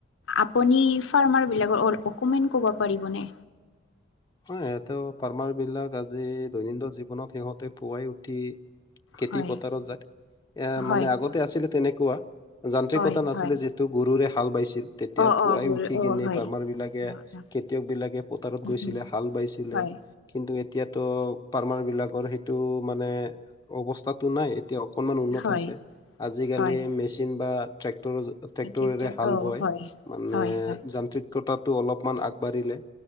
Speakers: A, on the left; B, on the left.
A: আপুনি ফাৰ্মাৰ বিলাকৰ অল অকমান ক'ব পাৰিবনে?
B: হয়, সিহঁতেও ফাৰ্মাৰ বিলাক আজি দৈনন্দিন জীৱনত সিহঁতে পুৱাই উঠি খেতি
A: হয়
B: পথাৰত যায়, এ,
A: হয়
B: মানে আগতে আছিলে তেনেকুৱা। যান্ত্ৰিকতা
A: হয়
B: নাছিলে
A: হয়
B: যিহেতু গৰুৰে হাল বাইছিল। তেতিয়া
A: অ
B: পুৱাই
A: অ গৰু
B: উঠি
A: অ
B: কিনি
A: হয়
B: ফাৰ্মাৰ বিলাকে,
A: অ অ
B: খেতিয়ক বিলাকে পথাৰত
A: উম
B: গৈছিলে।
A: উম
B: হাল বাইছিলে।
A: হয়
B: কিন্তু এতিয়াতো ফাৰ্মাৰ বিলাকৰ সেইটো মানে অৱস্থাতটো নাই এতিয়া অকনমান উন্নত
A: হয়
B: হৈছে। আজিকালি
A: হয়
B: মেচিন বা ট্ৰেক্টৰৰ যে ট্ৰেক্টৰেৰে
A: ট্ৰেক্টৰ
B: হাল
A: অ
B: বোৱাই,
A: হয়
B: মানে
A: হয় হয়
B: যান্ত্ৰিক কতাটো অলপমান আগবাঢ়িলে,